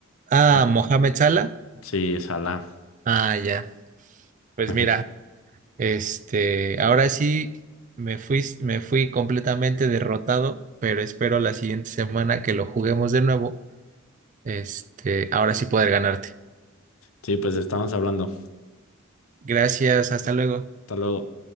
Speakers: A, on the right (about 40°); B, on the left (about 85°).
A: Ah,
B: Ah,
A: Mohamed Salah.
B: sí, es Alá.
A: Ah, ya. Pues
B: <laughs>
A: mira, Este, ahora sí me fui, me fui completamente derrotado, pero espero la siguiente semana que lo juguemos de nuevo. Este, ahora sí poder ganarte.
B: Sí, pues estamos hablando.
A: Gracias, hasta luego.
B: Hasta luego.